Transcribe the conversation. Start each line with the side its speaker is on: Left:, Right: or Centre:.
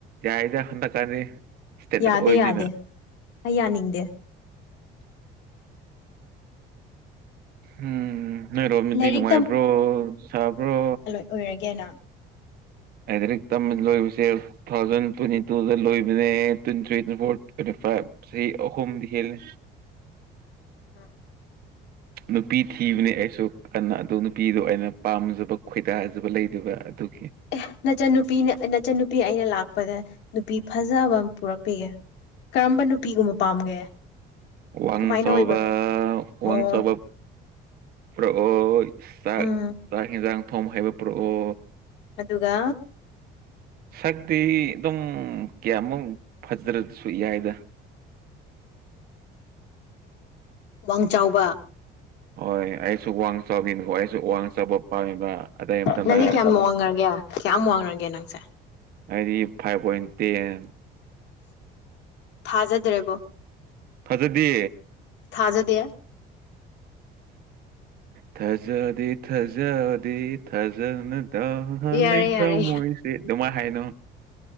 Right: ꯌꯥꯏꯗ ꯍꯟꯗꯛꯀꯥꯟꯗꯤ ꯏꯁꯇꯦꯟꯗꯔꯠ
Left: ꯌꯥꯗꯦ
Right: ꯑꯣꯏꯕꯅꯤꯅ
Left: ꯌꯥꯗꯦ ꯑꯩ ꯌꯥꯅꯤꯡꯗꯦ
Right: ꯎꯝ ꯅꯣꯏꯔꯣꯝꯃꯤꯗꯤ
Left: ꯂꯥꯏꯔꯤꯛ
Right: ꯅꯨꯡꯉꯥꯏꯕ꯭ꯔꯣ ꯁꯥꯕ꯭ꯔꯣ
Left: ꯑꯣꯏꯔꯒꯦꯅ
Right: ꯂꯥꯏꯔꯤꯛ ꯇꯝꯕ ꯂꯣꯏꯕꯁꯦ ꯇꯨ ꯊꯥꯎꯖꯟ ꯇ꯭ꯋꯦꯟꯇꯤ ꯇꯨꯗ ꯂꯣꯏꯕꯅꯦ twenty three twenty four twenty five ꯆꯍꯤ ꯑꯍꯨꯝꯗꯤ ꯍꯦꯜꯂꯦ
Left: ꯎꯝ
Right: ꯅꯨꯄꯤ ꯊꯤꯕꯅꯤ ꯑꯩꯁꯨ ꯀꯟꯅ ꯑꯗꯨ ꯅꯨꯄꯤꯗꯣ ꯑꯩꯅ ꯄꯥꯝꯖꯕ ꯈꯣꯏꯗꯥꯖꯕ ꯂꯩꯗꯕ ꯑꯗꯨꯒꯤ
Left: ꯑꯦ ꯅꯆꯟꯅꯨꯄꯤꯅ ꯅꯆꯟꯅꯨꯄꯤ ꯑꯩꯅ ꯂꯥꯛꯄꯗ ꯅꯨꯄꯤ ꯐꯖꯕ ꯑꯃ ꯄꯨꯔꯛꯄꯤꯒꯦ ꯀꯔꯝꯕ ꯅꯨꯄꯤꯒꯨꯝꯕ ꯄꯥꯝꯒꯦ
Right: ꯋꯥꯡ
Left: ꯀꯃꯥꯏꯅ
Right: ꯆꯥꯎꯕꯥ
Left: ꯑꯣꯏꯕ ꯑꯣ
Right: ꯋꯥꯡ ꯆꯥꯎꯕꯥ ꯄꯨꯔꯛꯑꯣ ꯆꯥꯛ
Left: ꯎꯝ
Right: ꯆꯥꯛ ꯍꯦꯟꯖꯥꯡ ꯊꯣꯡꯕ ꯍꯥꯏꯕ ꯄꯨꯔꯛꯑꯣ
Left: ꯑꯗꯨꯒ
Right: ꯁꯛꯇꯤ ꯑꯗꯨꯝ ꯀꯌꯥꯃꯨꯛ ꯐꯖ꯭ꯔꯗ꯭ꯔꯁꯨ ꯌꯥꯏꯗ
Left: ꯋꯥꯡ ꯆꯥꯎꯕ
Right: ꯍꯣꯏ ꯑꯩꯁꯨ ꯋꯥꯡ ꯆꯥꯎꯕꯤꯅꯤꯀꯣ ꯑꯩꯁꯨ ꯋꯥꯡ ꯆꯥꯕ ꯄꯥꯝꯃꯤꯕ ꯑꯗꯩ ꯃꯇꯝꯗ
Left: ꯅꯪꯗꯤ ꯀꯌꯥꯝ ꯋꯥꯡꯉꯒꯦ ꯀꯌꯥꯝ ꯋꯥꯡꯉꯔꯒꯦ ꯅꯪꯁꯦ
Right: ꯍꯥꯏꯗꯤ ꯐꯥꯏꯚ ꯄꯣꯏꯟ ꯇꯦꯟ
Left: ꯊꯥꯖꯗ꯭ꯔꯦꯕꯣ
Right: ꯐꯖꯗꯦ
Left: ꯊꯥꯖꯗꯦ
Right: ꯊꯥꯖꯗꯦ ꯊꯥꯖꯗꯦ ꯊꯥꯖꯅ ꯇꯥꯍꯜꯂꯤ
Left: ꯌꯥꯔꯦ
Right: ꯊꯃꯣꯏꯁꯦ
Left: ꯌꯥꯔꯦ
Right: ꯑꯗꯨꯃꯥꯏꯅ ꯍꯥꯏꯅꯣ